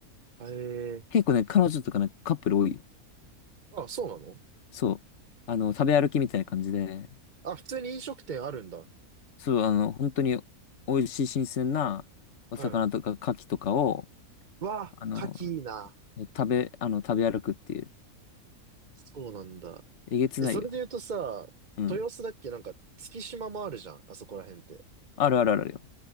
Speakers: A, on the right (about 40°); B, on the left (about 55°).
A: ええ
B: 結構ね、彼女とかね、カップル多いよ。
A: ー。あ、そうなの
B: そう。あの、食べ歩きみたいな感じで。
A: あ、普通に飲食店あるんだ。
B: そう、あの、本当に美味しい新鮮なお魚とか牡蠣とかを、
A: うん。うわぁ、
B: あの、
A: 牡蠣いいな。
B: 食べ、あの、食べ歩くっていう。
A: そうなんだ。
B: えげつないよ。
A: え、それで言うとさ、
B: うん。
A: 豊洲だっけなんか、月島もあるじゃん。あそこら辺って。
B: あるあるあるあるよ。